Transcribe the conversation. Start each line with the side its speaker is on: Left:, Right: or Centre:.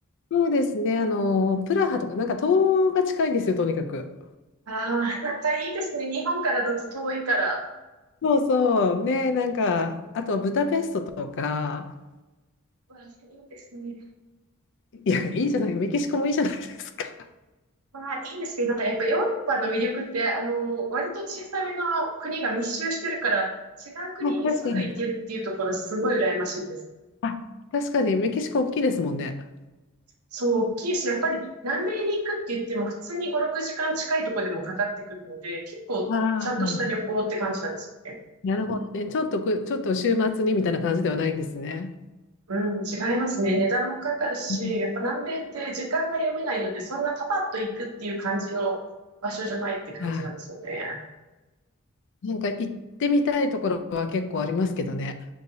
Left: そうですね、あのプラハとか、なんか東が近いんですよ、とにかく。
Right: ああ、なんかいいですね。日本からだと遠いから。
Left: そうそう。ね、なんか、あとブダペストとか、
Right: まあ、いいですね。
Left: いや、いいじゃない、メキシコもいいじゃないですか。あ、
Right: まあ、いいですけど、なんかやっぱヨーロッパの魅力って、あの、割と小さめの国が密集してるから、違う国にすぐ行けるっていうところすごい羨ましいです。
Left: 確かに。あ、確かにメキシコ大きいですもんね。
Right: そう、大きいし、やっぱり南米に行くって言っても普通に5、6時間近いところでもかかってくるので、結構ちゃんとした旅行って感じなんです
Left: ああ、なるほどね。ちょっとく、ちょっと週末にみたいな感じではないんですね。
Right: うん、違いますね。値段もかかるし、
Left: うん。
Right: やっぱ南米って時間が読めないので、そんなパパッと行くっていう感じの場所じゃないって感じなんですよね。
Left: あ、なんか行ってみたいところは結構ありますけどね。